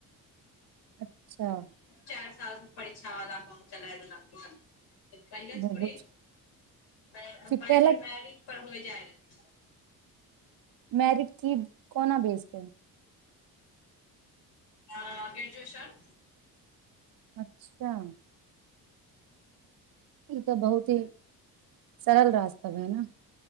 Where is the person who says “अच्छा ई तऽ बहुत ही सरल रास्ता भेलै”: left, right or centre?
Right